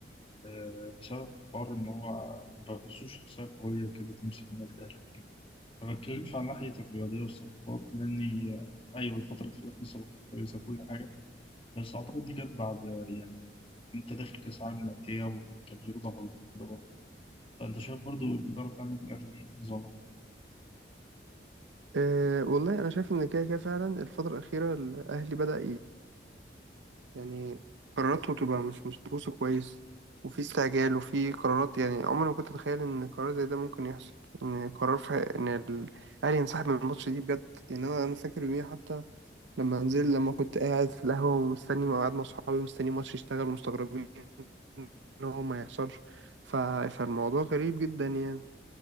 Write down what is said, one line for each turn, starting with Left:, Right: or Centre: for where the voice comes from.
Left: آه، بسبب حوار إن هو ما بحسوش شخصية قوية كده تمسك النادي الأهلي وكده ما بتكلمش عن ناحية الرياضية والصفقات لأني آه، أيوة الفترة الأخيرة في صفقات كويسة وكل حاجة بس أعتقد دي جت بعد آه، يعني أنت داخل كأس عالم للأندية والجماهير ضغط كده. فأنت شايف برضو الإدارة بتاع النادي الأهلي نظامه
Right: آه، والله انا شايف ان كده كده فعلا الفتره الاخيره الاهلي بدأ يعني قراراته بتبقى مش مدروسة كويس وفي استعجال وفي قرارات يعني عمري ما كنت أتخيل إن قرار زي ده ممكن يحصل إن قرار في إن الأهلي ينسحب من الماتش دي بجد يعني أنا أنا فاكر يوميها حتى لما نزل لما كنت قاعد في القهوة ومستني قاعد مع أصحابي مستني ماتش يشتغل ومستغربين إن هو ما يحصلش ف... فالموضوع غريب جدا يعني